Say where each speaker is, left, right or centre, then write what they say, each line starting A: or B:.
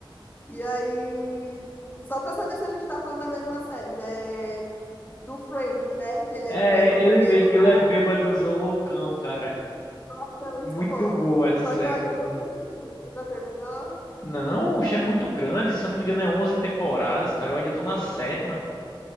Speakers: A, on the left; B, on the left.
A: E aí, só pra saber se a gente tá falando da mesma série, né? Do Frank, né? Que ele
B: É,
A: é bê- todo
B: ele
A: bêbado,
B: mesmo, que ele
A: louco.
B: é bêbadozão loucão, cara.
A: Nossa, é muito
B: Muito
A: bom.
B: boa essa série,
A: Só que eu ainda
B: muito
A: não
B: boa.
A: terminei. Você já terminou?
B: Não, o é muito grande, se eu não me engano é 11 temporadas, cara. Eu ainda tô na sétima.